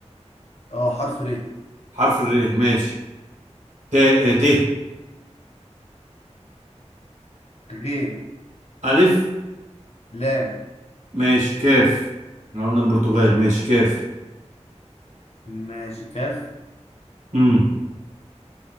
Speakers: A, on the left; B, on the right.
A: اه حرف ر
B: حرف الر ماشي ت آه، ت
A: غين
B: الف
A: لام
B: ماشي كاف احنا قلنا البرتغال ماشي كاف
A: ماشي كاف
B: امم